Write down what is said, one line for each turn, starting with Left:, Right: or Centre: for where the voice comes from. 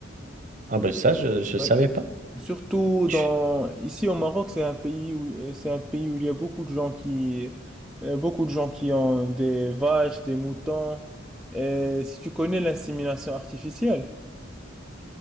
Right: Ah ben ça, je ne
Centre: Ouais.
Right: savais pas.
Centre: Surtout dans
Right: Chut,
Centre: ici au Maroc, c'est un pays où euh, c'est un pays où il y a beaucoup de gens qui euh, beaucoup de gens qui ont des vaches, des moutons. Et si tu connais l'insémination artificielle,